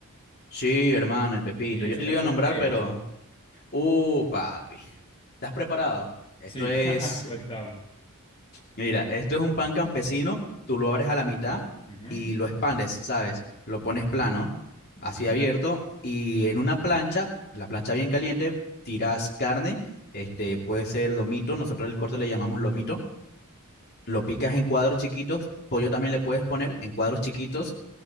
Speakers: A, on the left; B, on the left.
A: Sí, hermano, el Pepito.
B: ¿Y eso,
A: Yo te lo
B: eso
A: iba a nombrar,
B: qué
A: pero...
B: es?
A: Uh, papi. ¿Estás preparado? Esto
B: Sí,
A: es
B: <laughs> cuéntame.
A: Mira, esto es un pan campesino, tú lo abres a la mitad
B: Ujú,
A: y lo expandes, ¿sabes? Lo pones plano,
B: ujú,
A: así abierto, y en una plancha, la plancha bien caliente, tiras carne, este puede ser lomito, nosotros el corte le llamamos lomito, lo picas
B: ujú.
A: en cuadros chiquitos, pollo también le puedes poner en cuadros chiquitos